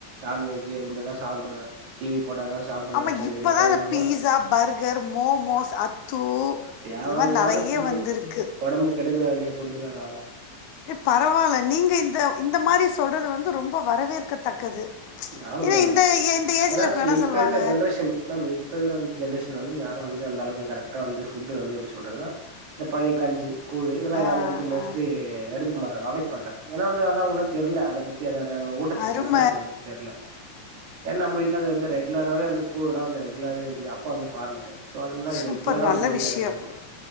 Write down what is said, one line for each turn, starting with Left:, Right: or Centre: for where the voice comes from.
Right: நான்வெஜ் அது இருந்தாதா சாப்டுவே டிவி போட்டாதான் சாப்டுவேன்
Left: ஆமாம்
Right: சின்ன
Left: இப்போ
Right: சின்ன
Left: தான்
Right: கொழந்தைங்களா
Left: இந்த பீஸா பர்கர் மோமோஸ் அத்து
Right: தேவயில்லாத
Left: அந்த மாதிரி நிறைய
Right: ஃபுட்டு
Left: வந்திருக்கு
Right: ஒடம்புக்கு கெடுக்க வேண்டிய ஃபுட்டு அதுல
Left: பரவாயில்ல நீங்க இந்த இந்த மாரி சொல்றது வந்து ரொம்ப வரவேற்கத்தக்கது
Right: ஆமா
Left: ஏன்னா
Right: மேம்
Left: இந்த இந்த ஏஜில்
Right: ஏனாச்சு
Left: இருக்க என்ன
Right: இப்ப
Left: சொல்லுவாங்க
Right: இருக்க ஜென்ரேஷன் மேம் இப்போ இருக்குற ஜென்ரேஷனில் வந்து யாரும் வந்து அந்தளவுக்கு கரெக்டா வந்து ஃபுட்டு வந்து எப்டி சொல்றதுன்னா இந்த பழைய கஞ்சி கூழு இதெல்லாம்
Left: ஆ
Right: யாரும் வந்து மோஸ்ட்லி
Left: ஆ
Right: எடுத்துக்க மாட்டறாங்க அவாய்ட் பண்றாங்க ஏனா வந்து அதல்ல அவங்க தெரியல அத பத்தி அத ஊட்டச்சத்து
Left: அரும
Right: ஊட்ட என்னன்னு தெர்ல ஏன்னா நம்ம வீட்ல அது வந்து ரெகுலராவே வந்து கூழ்ல்லா வந்து ரெகுலாவே இருக்குது அப்பா வந்து ஃபார்மரு சோ அதுன்னா அது
Left: சூப்பர்
Right: ரெகுலரா
Left: நல்ல
Right: வந்து வீட்ல
Left: விஷயம்
Right: இருக்கறது